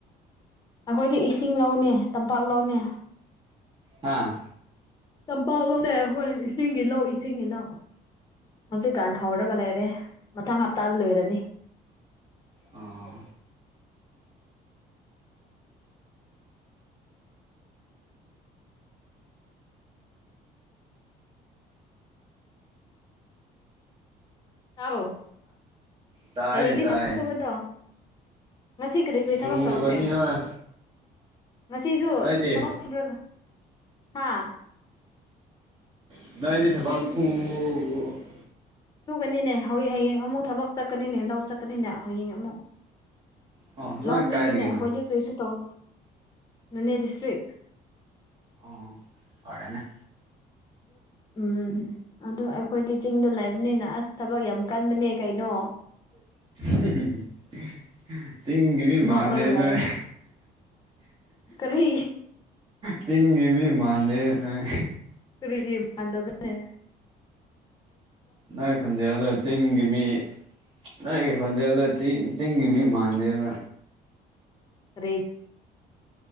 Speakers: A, on the left (about 25°); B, on the right (about 30°).
A: ꯑꯩꯈꯣꯏꯗꯤ ꯏꯁꯤꯡ ꯂꯧꯅꯦ ꯇꯝꯄꯥꯛ ꯂꯧꯅꯦ
B: ꯍꯥꯥ
A: ꯀꯝꯄꯥꯎ ꯂꯧ ꯍꯣꯏ ꯏꯁꯤꯡꯒꯤ ꯂꯧ ꯏꯁꯤꯡꯒꯤ ꯂꯧ ꯍꯧꯖꯤꯛꯀꯥꯟ ꯍꯧꯔꯒ ꯂꯩꯔꯦ ꯃꯊꯪ ꯍꯞꯇꯥꯗ ꯂꯣꯏꯔꯅꯤ
B: ꯑ
A: ꯇꯔꯣ
B: ꯇꯥꯏꯌꯦ
A: ꯑꯌꯦꯅꯤ
B: ꯇꯥꯏꯌꯦ
A: ꯊꯧꯁꯨ ꯀꯗꯥ ꯉꯁꯤ ꯀꯔꯤ ꯀꯔꯤ
B: ꯁꯨꯒꯅꯤ
A: ꯊꯕꯛ ꯇꯧꯔꯦ
B: ꯍꯣꯏ
A: ꯉꯁꯤꯁꯨ
B: ꯅꯣꯏꯗꯤ
A: ꯊꯕꯛ꯭ꯔ ꯍꯥꯥ
B: ꯏꯗꯤꯗꯕꯁꯨꯨꯡ
A: ꯑꯩꯗꯤ ꯁꯨꯒꯅꯤꯅꯦ ꯍꯧ ꯍꯌꯦꯡ ꯑꯃꯨꯛ ꯊꯕꯛ ꯆꯠꯀꯅꯤꯅꯦ ꯂꯧ ꯆꯠꯀꯅꯤꯅꯦ ꯍꯌꯦꯡ ꯑꯃꯨꯛ
B: ꯑꯣ ꯅꯣꯏ
A: ꯂꯧꯃꯤꯅꯤꯅꯦ
B: ꯀꯥꯏꯗꯒꯤꯅꯣ
A: ꯑꯩꯈꯣꯏꯗꯤ ꯀꯔꯤꯁꯨ ꯇꯧ ꯃꯅꯦ ꯗꯤꯁꯇ꯭ꯔꯤ
B: ꯑꯣ ꯐꯔꯦꯅꯦ
A: ꯎꯝ ꯑꯗꯨ ꯑꯩꯈꯣꯏꯗꯤ ꯆꯤꯡꯗ ꯂꯩꯕꯅꯤꯅ ꯑꯁ ꯊꯕꯛ ꯌꯥꯝ ꯀꯟꯕꯅꯦ ꯀꯩꯅꯣ
B: <unintelligible> ꯆꯤꯡꯒꯤ ꯃꯤ
A: ꯅꯣꯛꯔꯒ
B: ꯃꯥꯟꯗꯦ
A: ꯂꯩꯌꯦ
B: ꯅꯣꯏ
A: ꯀꯔꯤ
B: ꯆꯤꯡꯒꯤꯕꯤ ꯃꯥꯟꯗꯦ ꯅꯣꯏ
A: ꯀꯔꯤꯗꯅꯦ
B: ꯅꯣꯏ ꯈꯣꯟꯖꯦꯜꯜꯂꯣ ꯆꯤꯡꯒꯤ ꯃꯤ ꯅꯣꯏꯒꯤ ꯈꯣꯟꯖꯦꯜꯂ ꯆꯤꯡꯒꯤ ꯃꯤ ꯃꯥꯟꯗꯦꯕ
A: ꯔꯦ